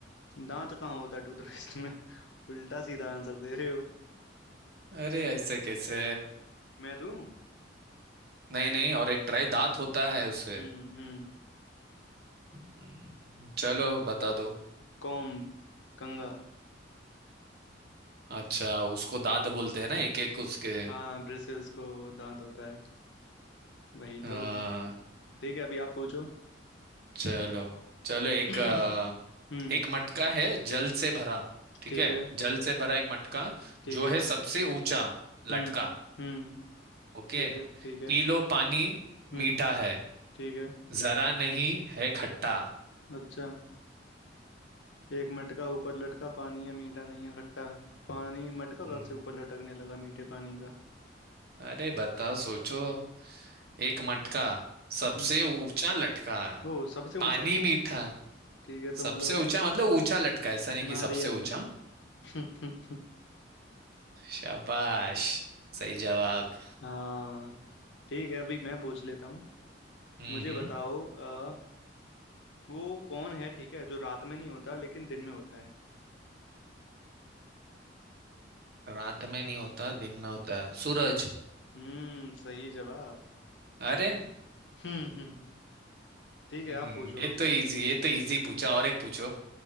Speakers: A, on the left; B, on the right.
A: दांत कहाँ होता है टूथपेस्ट में <laughs> उल्टा सीधा आंसर दे रहे हो
B: अरे ऐसे कैसे
A: मैं दूं
B: नहीं नहीं और एक ट्राई दांत होता है उसे
A: हम्म हम्म
B: हम्म, चलो बता दो
A: कॉम्ब कंघा
B: अच्छा उसको दांत बोलते हैं ना एक एक उसके
A: हाँ ब्रिसल्स को दांत होता है वही
B: हाँ
A: तो ठीक है अभी आप पूछो
B: चलो चलो एक
A: <clears throat>
B: अ,
A: हम्म
B: एक मटका है जल से भरा ठीक
A: ठीक
B: है
A: है
B: जल से भरा एक मटका
A: ठीक
B: जो
A: है
B: है सबसे ऊंचा
A: हम्म
B: लटका
A: हम्म
B: ओके
A: ठीक है ठीक है
B: पी लो पानी
A: हम्म
B: मीठा है
A: ठीक है
B: जरा नहीं है खट्टा
A: अच्छा एक मटका ऊपर लटका पानी है मीठा नहीं है खट्टा पानी मटका
B: हम्म,
A: कब से ऊपर लटकने लगा मीठे पानी का
B: अरे बताओ सोचो एक मटका सबसे
A: हम्म
B: ऊंचा लटका
A: ओ सबसे
B: पानी
A: ऊंचा म-
B: मीठा
A: ठीक है तो
B: सबसे
A: मतलब
B: ऊंचा मतलब ऊंचा लटका ऐसा नहीं कि
A: नारियल
B: सबसे ऊंचा
A: <laughs>
B: शाबाश सही जवाब
A: हाँ ठीक है अभी मैं पूछ लेता हूँ
B: हम्म
A: मुझे
B: हम्म
A: बताओ अ, वो कौन है ठीक है जो रात में नहीं होता लेकिन दिन में होता है
B: रात में नहीं होता दिन में होता है सूरज
A: हम्म हम्म सही जवाब
B: अरे
A: <laughs> हम्म हम्म, हम्म। ठीक
B: हम्म
A: है आप पूछो
B: ये
A: अब
B: तो इजी ये तो इजी पूछा और एक पूछो